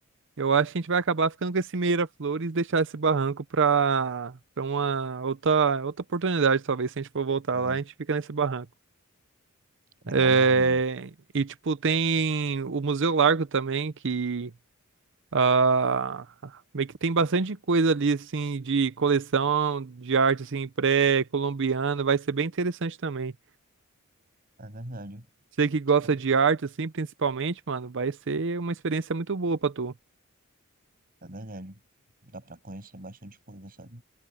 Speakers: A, on the right; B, on the right.
A: Eu acho que a gente vai acabar ficando com esse Meira-Flores e deixar esse barranco para para uma outra, outra oportunidade, talvez, se a gente for voltar
B: É,
A: lá, a gente fica nesse barranco.
B: é
A: É,
B: uma boa mesmo.
A: E, tipo, tem o Museu Largo também, que Ah, meio que tem bastante coisa ali, assim, de coleção de arte, assim, pré-colombiana. Vai ser bem interessante também.
B: É verdade,
A: Você que gosta
B: tipo,
A: de arte, assim, principalmente, mano, vai ser uma experiência muito boa pra tu.
B: é verdade. Dá pra conhecer bastante coisa, sabe?